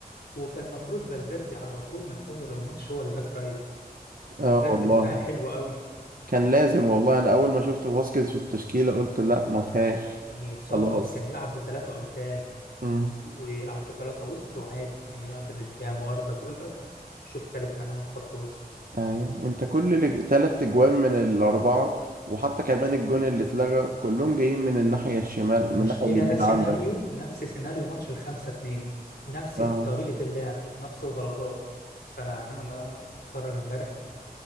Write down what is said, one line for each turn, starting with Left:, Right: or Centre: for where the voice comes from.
Left: وكان المفروض فالفيردي على طول من اول الماتش هو الباك رايت فالفيردي
Right: اه والله
Left: دفاعي حلو قوي
Right: كان لازم والله انا اول ما شفت فاسكيز في التشكيلة قلت لا ما فيهاش
Left: كان يتصرف
Right: خلاص
Left: كان يلعب بثلاثة قدام
Right: امم
Left: ويلعب بثلاثة وسط وعادي كان يلعب ببلينجهام واردا جولر شوف تالت معاهم خط وسط
Right: ايوه انت كل الج- تلات اجوان من الاربعة وحتى كمان الجون اللي اتلغى كلهم جايين من الناحية الشمال
Left: المشكلة
Right: من الناحية اليمين
Left: ده سيناريو
Right: عندك
Left: نفس سيناريو ماتش الخمسة اتنين نفس
Right: اه
Left: طريقة اللعب بنفس الغلطات فأنا يعني أنا بقى بتفرج امبارح